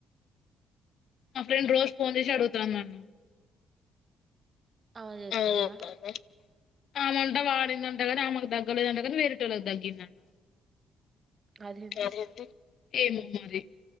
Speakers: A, on the left; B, on the right.
A: మా ఫ్రెండ్ రోజు ఫోన్ చేసి అడుగుతంది నన్ను
B: ఆమె జెతన్
A: అదే చెప్పాలి
B: ద
A: ఆమంట వాడిందంట కానీ ఆమ్మకు తగ్గలేదంటగానీ వేరేటోల్లకు తగ్గిందంట.
B: అదేంది
A: అదే ఏమ మరి